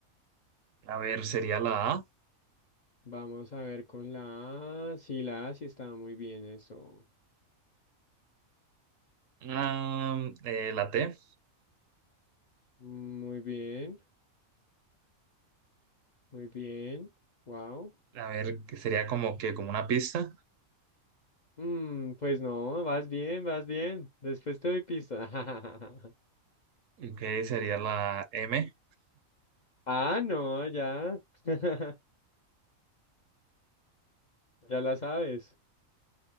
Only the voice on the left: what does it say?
Vamos a ver con la A. Sí, la A sí estaba muy bien eso.
Muy bien, muy bien. Wow.
Mm, pues no, vas bien, vas bien. Después te doy pista. <laughs>
Ah, no, ya. <laughs> Ya la sabes.